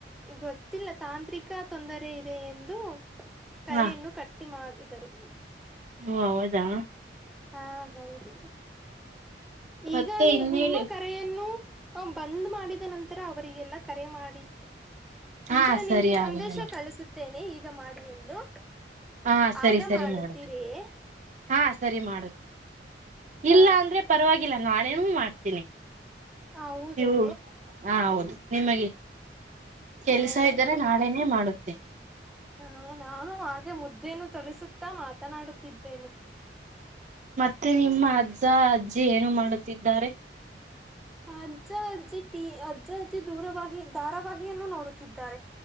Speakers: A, in the centre; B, on the right.
A: ಗೊತ್ತಿಲ್ಲ ತಾಂತ್ರಿಕ ತೊಂದರೆ ಇದೆ ಎಂದು ಕರೆಯನ್ನು
B: ಹಾ
A: ಕಟ್ಟಿ ಮಾಡಿದರು
B: ಓ ಹದಾ
A: ಹಾ ಹೌದು ಈಗ
B: ಮತ್ತೆ
A: ನೀ
B: ಇನ್ನೇನು
A: ನಿಮ್ಮ ಕರೆಯನ್ನು ಹ ಬಂದ್ ಮಾಡಿದ ನಂತರ ಅವ್ರರಿಗೆಲ್ಲ ಕರೆ ಮಾಡಿ ನಂತರ
B: ಹಾ
A: ನಿಮ್ಗೆ
B: ಸರಿ
A: ಸಂದೇಶ
B: ಆಗಲೇ ಮಾಡಿ
A: ಕಳಿಸುತ್ತೇನೆ ಈಗ ಮಾಡಿ ಎಂದು
B: ಹಾ ಸರಿ
A: ಆಗ
B: ಸರಿ
A: ಮಾಡತೀರಿಯ
B: ಮಾಡುತ್ತೇನೆ ಹಾ ಸರಿ ಮಾಡುತ್ತೆ ಇಲ್ಲ
A: ಹ
B: ಅಂದ್ರೆ ಪರವಾಗಿಲ್ಲ ನಾಳೇನ ಮಾಡ್ತೀನಿ
A: ಹೌದೇ
B: ನೀವು ಹಾ ಹೌದು ನಿಮಗೆ ಕೆಲ್ಸ
A: ಹ
B: ಇದ್ದರೆ
A: ಸರಿ
B: ನಾಳೆನೇ ಮಾಡುತ್ತೇನೆ
A: ಹಾ ನಾನು ಹಾಗೆ ಮುದ್ದೇನು ತಳಿಸುತ್ತಾ ಮಾತನಾಡುತ್ತಿದ್ದೇನೆ
B: ಮತ್ತೆ ನಿಮ್ಮ ಅಜ್ಜ ಅಜ್ಜಿ ಏನು ಮಾಡುತ್ತಿದ್ದಾರೆ
A: ಅಜ್ಜ ಅಜ್ಜಿ ಟಿ ಅಜ್ಜ ಅಜ್ಜಿ ದೂರವಹಿ ಧಾರಾವಾಹಿಯನ್ನು ನೋಡುತ್ತಿದ್ದಾರೆ